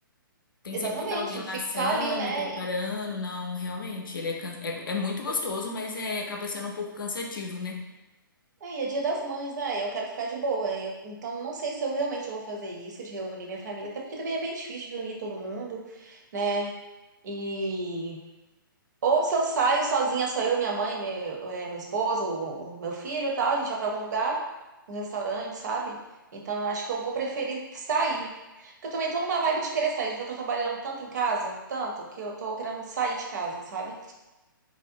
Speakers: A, on the left; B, on the right.
A: Tem
B: Exatamente,
A: sempre que estar alguém
B: tem que
A: laçando
B: ficar ali, né?
A: e preparando. Não, realmente, ele é, can- é, é muito gostoso, mas é, acaba sendo um pouco cansativo, né?
B: Aí é dia das mães, né? Eu quero ficar de boa. Eu, então, não sei se eu realmente vou fazer isso, de reunir minha família, até porque também é bem difícil reunir todo mundo, né? E. Ou se eu saio sozinha, só eu, minha mãe, meu, é, meu esposo, o- o meu filho e tal, a gente vai pra algum lugar, um restaurante, sabe? Então, eu acho que eu vou preferir sair. Porque eu também tô numa vibe de querer sair. Já tô trabalhando tanto em casa, tanto, que eu tô querendo sair de casa, sabe?